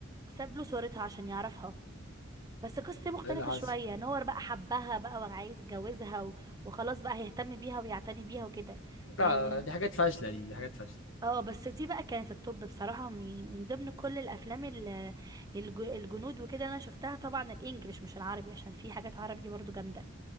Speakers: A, on the right (about 20°); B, on the left (about 80°).
A: وساب له صورتها عشان يعرفها بس قصتي مختلفه
B: ايه اللي حصل
A: شويه ان هو بقى حبها بقى وعايز يتجوزها و- وخلاص بقى هيهتم بيها ويعتني بيها وكده
B: لا
A: يعني
B: دي حاجات فاشله دي, دي حاجات فاشله
A: اه بس دي بقى كانت التوب بصراحة من من ضمن كل الافلام ال- الج- الجنود وكده اللي انا شفتها طبعا الانجليش مش العربي عشان في حاجات عربي برضو جامدة